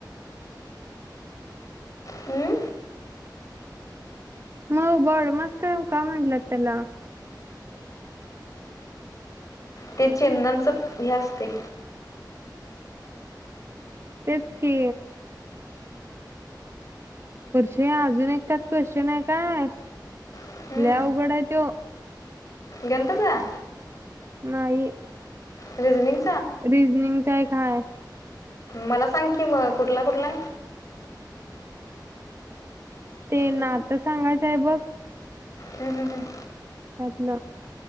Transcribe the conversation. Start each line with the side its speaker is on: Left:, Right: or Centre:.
Left: हम्म?
Right: म बॉडमास्क का म्हटलं त्याला.
Left: ते चिन्हाच हे असते.
Right: तेच कि. वर्षे अजून एक त्यात क्वेश्चन आहे. काय
Left: हम्म.
Right: लय अघड आहे तो.
Left: गणिताचा.
Right: नाही
Left: रिजनिंग
Right: रिजनिंगचा एक काय
Left: मला सांग की मग कुठला कुठला.
Right: ते ना
Left: हम्म?
Right: नात सांगायचंय बघ.
Left: हम्म हम् हम्
Right: त्यातल